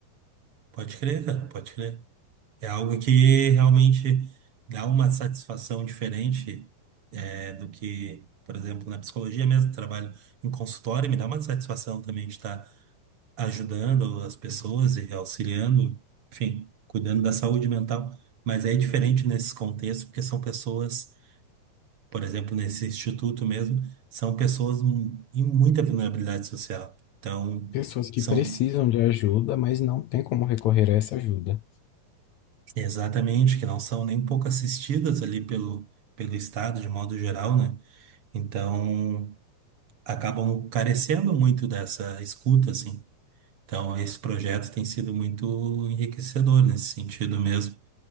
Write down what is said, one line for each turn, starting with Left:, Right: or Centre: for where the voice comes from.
Right: Pode crer, cara, pode crer. É algo que realmente dá uma satisfação diferente é, do que, por exemplo, na psicologia mesmo, trabalho em consultório, me dá uma satisfação também de estar ajudando as pessoas e auxiliando, enfim, cuidando da saúde mental. Mas é diferente nesses contextos, porque são pessoas, por exemplo, nesse instituto mesmo, são pessoas mu- em muita vulnerabilidade social. Então,
Left: Pessoas que
Right: são
Left: precisam de ajuda, mas não tem como recorrer a essa ajuda.
Right: Exatamente, que não são nem pouco assistidas ali pelo, pelo Estado, de modo geral, né? Então, acabam carecendo muito dessa escuta, assim. Então, esse projeto tem sido muito enriquecedor nesse sentido mesmo.